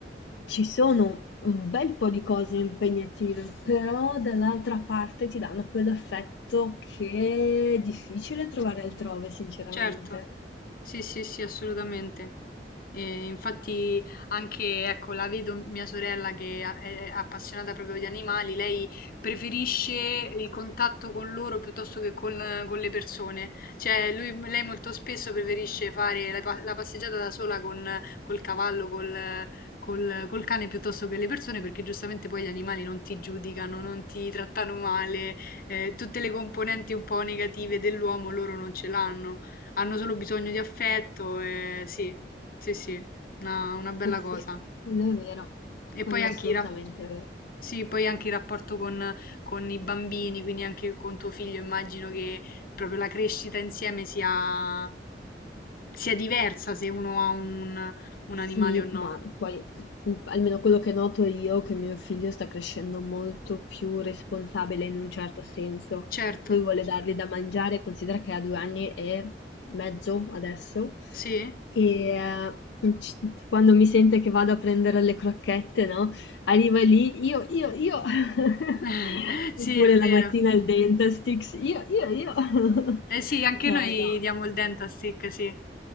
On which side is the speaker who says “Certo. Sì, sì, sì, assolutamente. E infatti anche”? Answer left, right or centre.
Left